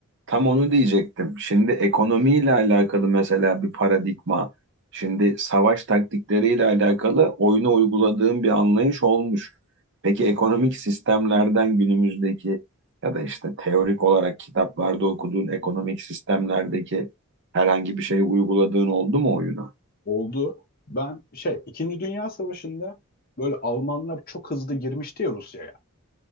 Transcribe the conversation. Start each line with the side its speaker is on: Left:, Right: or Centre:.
Right: Tam onu diyecektim. Şimdi ekonomiyle alakalı mesela bir paradigma, şimdi savaş taktikleriyle alakalı oyuna uyguladığım bir anlayış olmuş. Peki ekonomik sistemlerden günümüzdeki ya da işte teorik olarak kitaplarda okuduğun ekonomik sistemlerdeki herhangi bir şeyi uyguladığın oldu mu oyuna?
Left: oldu. Ben şey, İkinci Dünya Savaşı'nda böyle Almanlar çok hızlı girmişti ya Rusya'ya.